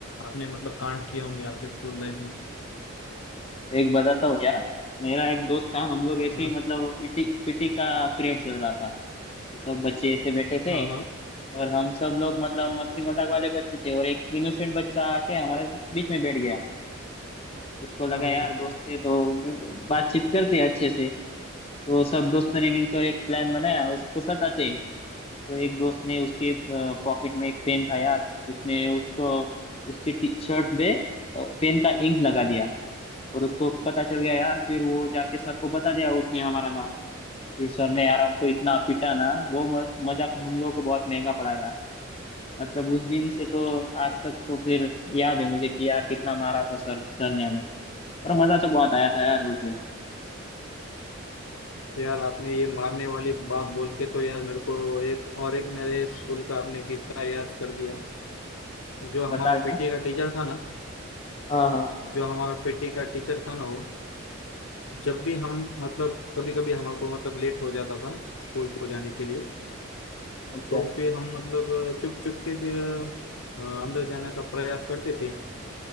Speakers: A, on the left; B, on the left.
A: आपने मतलब कांड किए होंगे आपके स्कूल लाइफ में
B: एक बताता हूँ यार मेरा एक दोस्त था हम लोग ऐसे
A: हाँ
B: ही मतलब पीटी पीटी का पीरियड चल रहा था तो सब बच्चे ऐसे बैठे थे
A: हाँ हाँ
B: और हम सब लोग मतलब मस्ती मजाक वाले बच्चे थे और एक इनोसेंट बच्चा आके हमारे बीच में बैठ गया उसको लगा
A: हाँ
B: यार
A: हाँ
B: दोस्त है तो बातचीत करते हैं अच्छे से तो सब दोस्तों ने मिलकर एक प्लान बनाया उसको सताते तो एक दोस्त ने उसके पॉकेट में एक पेन था यार उसने उसको उसकी टी शर्ट में पेन का इंक लगा दिया और उसको पता चल गया यार फिर वो जाके सर को बता दिया उसने हमारा नाम फिर सर ने यार हमको इतना पीटा ना वो म, मजाक हम लोगों को बहुत महंगा पड़ा यार मतलब उस दिन से तो आज तक तो फिर याद है मुझे कि यार कितना मारा था सर सर ने हमें पर मजा तो बहुत आया था यार उस दिन
A: यार आपने ये मारने वाली बात बोल के तो यार मेरे को एक और एक मेरे स्कूल का आपने किस्सा याद कर दिया जो हमारा
B: बता यार
A: पीटी का टीचर था ना
B: हाँ हाँ
A: जो हमारा पीटी का टीचर था ना वो जब भी हम मतलब कभी कभी हमारे को मतलब लेट हो जाता था स्कूल को जाने के लिए
B: अच्छा
A: तो फिर हम मतलब चुप चुप के फिर अ, अंदर जाने का प्रयास करते थे